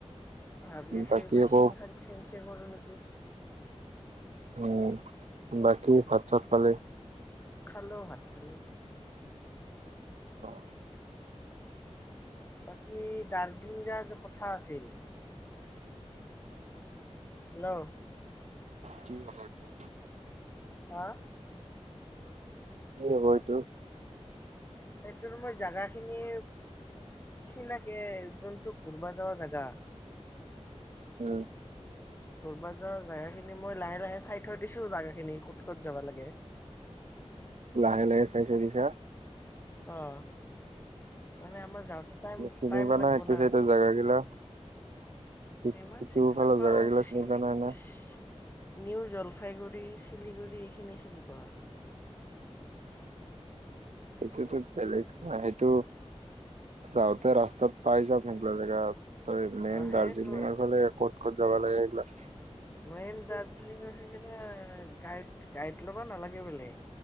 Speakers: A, on the left; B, on the right.
A: ভাবিচো
B: বাকী
A: এইবাৰ
B: আকৌ
A: চিম খান চেন্স এ কৰো নেকি?
B: উম, বাকী ভাত- চাত খালি?
A: খালো ভাত খালো।
B: অহ,
A: বাকী দাৰ্জিলিং যোৱা যে কথা আছিল। হেল্লো,
B: কি হব এতিয়া?
A: হা,
B: কি হব সেইটো।
A: সেইটো মই জাগা খিনি চিনাকি যোনটো ঘূৰবা যোৱা জাগা।
B: উম,
A: ঘূৰ্বা যোৱা জেগাখিনি মই লাহে লাহে চাই থৈ দিছো। জেগাখিনি ক'ত-ক'ত যাব লাগে।
B: লাহে লাহে চাই থৈ দিছা।
A: অ', মানে আমাৰ যাওঁতে টাইম
B: চিনি
A: টাইম
B: পোৱা
A: লাগিব
B: এইটো
A: না।
B: চাইডৰ জাগা গিলা। সিটো
A: ইমান চিনি
B: ফালৰ
A: নাপাওঁ
B: জেগাগিলা চিনি
A: <unintelligible>
B: পোৱা নাই না
A: নিউ জলপাইগুৰি, চিলিগুৰি এইখিনি চিনি পাওঁ আৰু।
B: এইটোতো বেলেগ হয় সেইটো যাওঁতে ৰাস্তাত পাই যাম সেইগিলা জেগা। ত' মেইন
A: অ সেইটো
B: দাৰ্জিলিংৰ ফালে ক'ত ক'ত যাবা লাগে এইগিলাক।
A: মেইন দাৰ্জিলিঙত <unintelligible> গাইড গাইড ল'বা নালাগে বোলে।